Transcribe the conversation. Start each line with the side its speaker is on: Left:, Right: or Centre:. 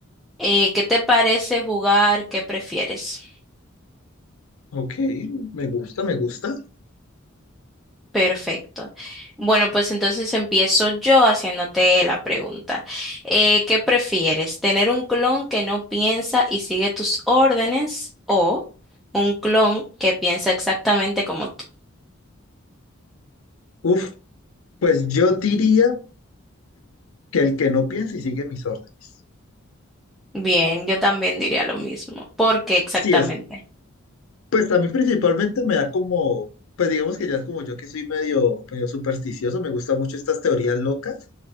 Centre: Eh, ¿qué te parece jugar? ¿Qué prefieres?
Left: Ok, me gusta, me gusta.
Centre: Perfecto. Bueno, pues entonces empiezo yo haciéndote la pregunta. Eh, ¿qué prefieres? ¿Tener un clon que no piensa y sigue tus órdenes o un clon que piensa exactamente como tú?
Left: Uf, pues yo diría que el que no piensa y sigue mis órdenes.
Centre: Bien, yo también diría lo mismo. ¿Por qué exactamente?
Left: Sí, es, pues a mí principalmente me da como, pues digamos que ya es como yo que soy medio, medio supersticioso, me gustan mucho estas teorías locas.